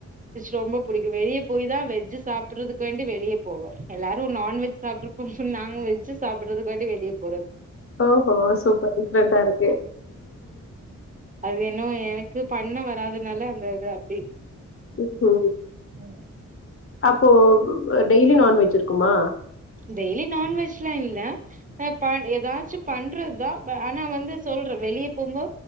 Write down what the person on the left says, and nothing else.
ஆ ஹா சூப்பர் டிஃப்ரென்டா இருக்கு
ம் ஹ
அப்போ டெய்லி நான்வெஜ் இருக்குமா